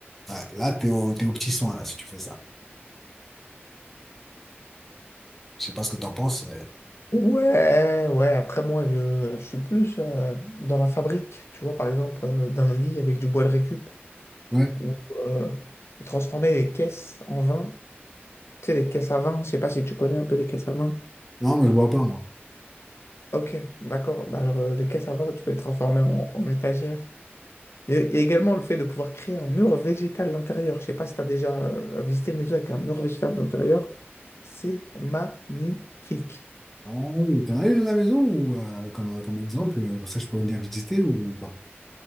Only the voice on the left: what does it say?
Ouais, ouais, après moi je, je suis plus euh, dans la fabrique, tu vois, par exemple, euh, d'un lit avec du bois de récup,
ou euh, transformer les caisses en vin, tu sais, les caisses à vin, je sais pas si tu connais un peu les caisses à vin.
Ok, d'accord, bah alors euh, les caisses à vin, tu peux les transformer en, en étagères. Il y a il y a également le fait de pouvoir créer un mur végétal d'intérieur, je sais pas si tu as déjà euh, visité une maison avec un mur végétal d'intérieur, c'est magnifique.